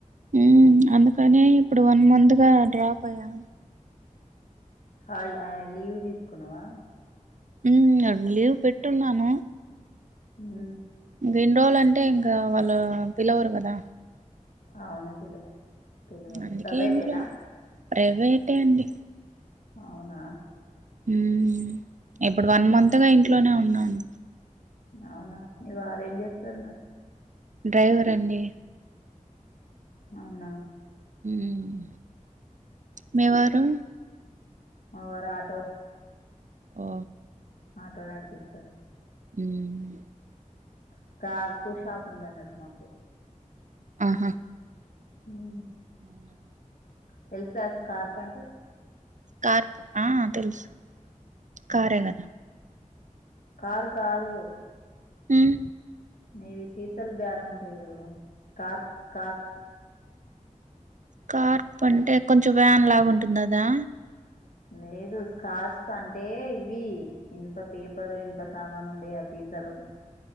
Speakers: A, on the right; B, on the left.
A: మ్మ్ అందుకనే ఇప్పుడు వన్ మంత్ గా డ్రాప్ అయ్యా
B: హల్ ఆ లీవ్ తీసుకున్నవా
A: మ్మ్ లీవ్ పెట్టున్నాను
B: హ్మ్
A: ఎన్ రోలంటే ఇంక వాళ్ళు పిలవరు గదా
B: అవును పిలువరు పిలువరు
A: అందుకే
B: ప్రైవేటేనా
A: ఇంట్లో ప్రైవేటే అండి
B: అవునా
A: ఉమ్ ఇప్పుడు
B: ఉమ్,
A: వన్ మంత్గా ఇంట్లోనే ఉన్నాను
B: అవునా మి వారేం చేస్తనర్
A: డ్రైవర్ అండి
B: అవునా
A: మ్మ్ మీ వారు
B: మావారాటో
A: ఓ
B: ఆటో నడిపిస్త
A: మ్మ్
B: స్కార్పో షాప్ ఉందన్నట్ మాకు
A: ఆహా
B: మ్మ్
A: అవునా
B: తెలుసా స్కార్పంటే
A: స్కార్ప్ ఆ తెలుసు కారే
B: ఉమ్.
A: గదా
B: కారు కాదు
A: మ్మ్
B: నీవి సీసల్ బ్యారం ఉంటయి జూడు స్కార్ఫ్ కార్
A: కార్ప్ అంటే కొంచెం వ్యాన్ లాగుంటుంది అదా
B: లేదు స్కార్ఫ్స్ అంటే ఇవి ఇన్ప పేపరు ఇన్ప సామానుండే అవి సలుం